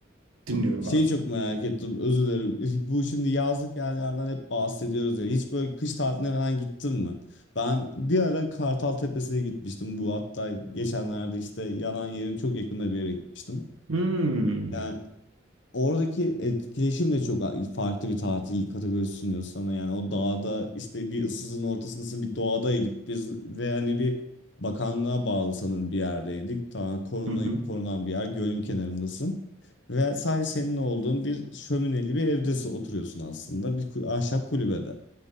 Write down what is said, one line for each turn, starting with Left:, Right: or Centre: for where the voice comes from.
Right: dinliyorum
Left: Şeyi
Right: abi.
Left: çok merak ettim. Özür dilerim. <laughs> Bu şimdi yazlık yerlerden hep bahsediyoruz ya. Hiç böyle kış tatiline falan gittin mi? Ben bir ara Kartal Tepesi'ne gitmiştim. Bu hatta geçenlerde işte yanan yerin çok yakında bir yere gitmiştim.
Right: Hmm.
Left: Yani. Oradaki etkileşim de çok farklı bir tatil kategorisi sunuyor sana yani o dağda işte bir ıssızın ortasındasın bir doğadaydık biz ve hani bir bakanlığa bağlı sanırım bir yerdeydik tamam koruna,
Right: Hı hı.
Left: korunan bir yer gölün kenarındasın ve sadece senin olduğun bir şömineli bir evde oturuyorsun aslında bir kul- ahşap kulübede.